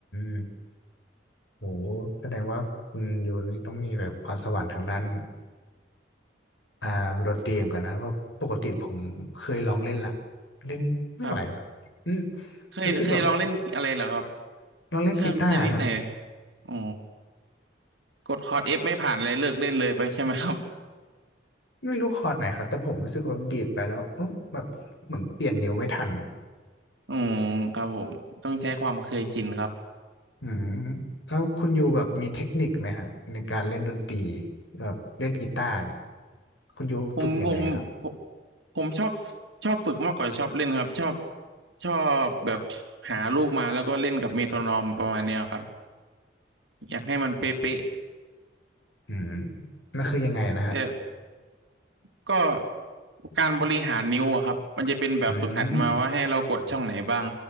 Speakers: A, on the left; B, on the right.
A: ม โหแสดงว่าคุณอยู่นี่ต้องมีแบบพรสวรรค์ทางด้านอ่าดนตรีเหมือนกันนะเพราะปกติผมเคยลองเล่นละเล่นไม่ไหวว่ะอืม
B: ครับเคยเคยลองเล่นอะไรเหรอครับ
A: รู้สึกแบบลองเล่นกีตาร์ฮะ
B: เครื่องชนิดไหนอ๋อกดคอร์ดเอฟไม่ผ่านเลยเลิกเล่นเลยไปใช่ไหมครับ
A: ไม่รู้คอร์ดไหนครับแต่ผมรู้สึกว่าแบบดีดไปแล้วเอ๊ะแบบเหมือนเปลี่ยนนิ้วไม่ทัน
B: อืมครับผมต้องใช้ความเคยชินครับ
A: อืมแล้วคุณอยู่แบบมีเทคนิคไหมฮะในการเล่นดนตรีแบบเล่นกีตาร์เนี่ยคุณอยู่ฝึกยังไงครับ
B: ผมผมผมผมชอบชอบฝึกมากกว่าชอบเล่นครับชอบชอบแบบหาลูกมาแล้วก็เล่นกับเมโทรนอมประมาณเนี้ยครับอยากให้มันเป๊ะ
A: อืมมันคือยังไงนะฮะ
B: ๆแต่ก็การบริหารนิ้วอะครับมันจะเป็นแบบฝึกหัดมาว่าให้เรากดช่องไหนบ้าง
A: อืม